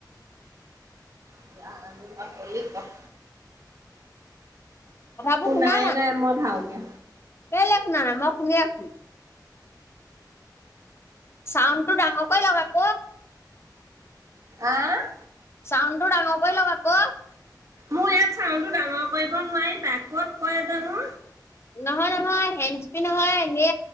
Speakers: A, on the right; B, on the left.
A: বি আ <unintelligible> মকললি কক
B: কথাবোৰ
A: শুনাই
B: শুনা
A: নাই মই ভালকে
B: কেলে শুনা নাই মই শুনি আছো চাউণ্ড টো ডাঙৰকৈ লগ আক
A: আহ <unintelligible>
B: চাউণ্ডটো ডাঙৰক লওঁ আকৌ
A: মোৰ ইয়াত চাউতো ডাঙৰ কৰিব নোৱাৰি তাই ক'ত কয় জানো
B: নহয় নহয় হেছ পি নহয় এনে